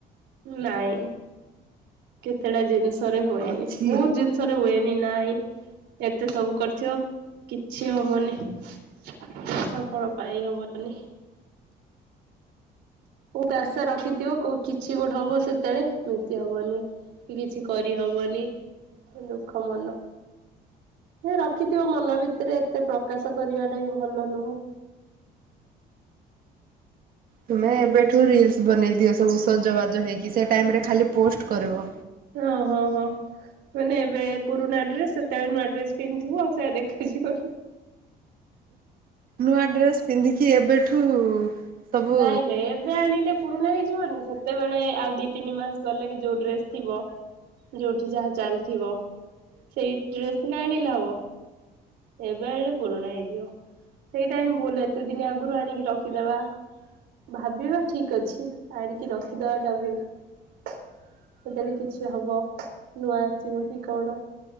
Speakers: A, on the right (about 80°); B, on the right (about 60°).
A: ନାଇଁ କେତେଟା ଜିନିଷ ଷରେ ହୁଏନି
B: ଅଛି
A: ବହୁତ ଜିନିଷରେ ହୁଏନି ନାଇଁ ଏତେ ସବୁ କରିଛ କିଛି ହବନି ସଫଳ ପାଇ ହବନି ବହୁତ ଆଶା ରଖିଥିବ କୋଉ କିଛି ଗୋଟେ ହବ ସେତେବେଳେ ହବନି କି କିଛି କରିହବନି ଦୁଃଖ ମନ ରଖିଥିବ ମନ ଭିତରେ ଏତେ ପ୍ରକାଶ କରିବାଟା ବି ଭଲ ନୁହଁ
B: ତୁମେ
A: ଚାଲିଛି
B: ଏବେଠୁ ରିଲସ
A: ଆଉ।
B: ବନେଇ ଦିଅ ସବୁ ସଜବାଜ ହେଇକି ସେ ଟାଇମିରେ ଖାଲିପୋଷ୍ଟ କରିବ।
A: ଓହୋ ହୋ। ମାନେ ଏବେ ପୁରୁଣା ଡ୍ରେସ ସେତେବେଳେ ନୂଆ ଡ୍ରେସ ପିନ୍ଧିବୁ ଆଉ ସେୟା ଦେଖାଯିବ।
B: ନୂଆ ଡ୍ରେସ ପିନ୍ଧିକି ଏବେଠୁ <inaudible> ସବୁ
A: ନାଇଁ ନାଇଁ ଏବେ ଆଣିଲେ ପୁରୁଣା ହେଇଯିବନି ସେତେ ବେଳେ ଆଉ ଦି ତିନି ମାସ ଗଲେ କି ଯୋଉ ଡ୍ରେସ ଥିବ ଯୋଉଠି ଯାହା ଚାଲିଥିବ ସେଇ ଡ୍ରେସ ନା ଆଣିଲେ ହବ ଏବେ ଆଣିଲେ ପୁରୁଣା ହେଇଯିବ, ସେଇଟା ହିଁ ଭୁଲ ଏତେଦିନ ଆଗରୁ ଆଣିକି ରଖିଦବା, ଭାବିବା ଠିକଅଛି ଆଣିକି ରଖିଦବାଟା ଭୁଲ, ଆଜିକାଲି କିଛି ହବ ନୂଆ ଆସିବ କି କଣ